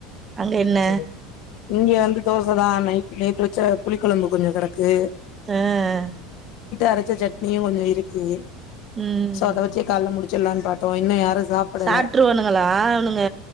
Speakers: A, on the right (about 25°); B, on the left (about 60°).
A: அங்க என்ன
B: சேரி இங்க வந்து தோசை தான் நைட் நேத்து வச்ச புளி கொழம்பு கொஞ்ச கெடக்கு
A: ஆஹ்ஹ
B: அரைச்ச சட்னியும் கொஞ்ச இருக்கு
A: ம்
B: சோ அத வச்சே கால்ல முடிச் ல்லான்னு பாத்தோ இன்ன யாரு சாப்படல
A: சாட்டுவானுங்களா அவனுங்க